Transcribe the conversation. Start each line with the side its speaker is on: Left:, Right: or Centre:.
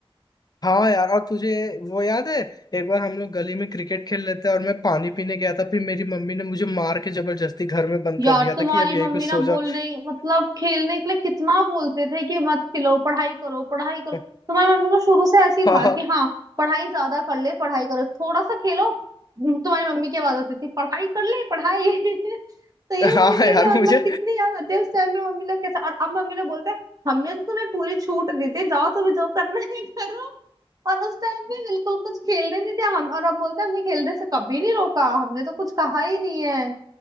Left: हाँ यार और तुझे वो याद है एक बार हम लोग गली में क्रिकेट खेल लेते हैं और मैं पानी पीने गया था फिर मेरी मम्मी ने मुझे मार के जबरदस्ती घर में बंद
Right: यार
Left: कर दिया
Right: तुम्हारी
Left: था कि अब यहीं
Right: मम्मी
Left: पे सो
Right: ना बोलने
Left: जाओ
Right: मतलब खेलने के लिए कितना बोलते थे कि मत खिलो पढ़ाई करो पढ़ाई करो
Left: <laughs>
Right: तुम्हारी मम्मी को शुरू से ऐसी था
Left: हाँ
Right: कि हाँ पढ़ाई ज्यादा कर ले पढ़ाई करो थोड़ा सा खेलो तुम्हारी मम्मी की आवाज आती थी पढ़ाई कर ले पढ़ाई <laughs> तो ये सारी
Left: हाँ
Right: चीजें
Left: यार
Right: मतलब
Left: मुझे
Right: कितनी याद आती है उस टाइम पे मम्मी लोग कैसे और अब मम्मी लोग बोलते हैं हमने तो तुम्हें पूरी छूट दी थी जाओ तुम्हें जो करना है <laughs> करो और उस टाइम पे बिल्कुल कुछ खेलने नहीं दिया हम और अब बोलते हैं हमने खेलने से कभी नहीं रोका हमने तो कुछ कहा ही नहीं है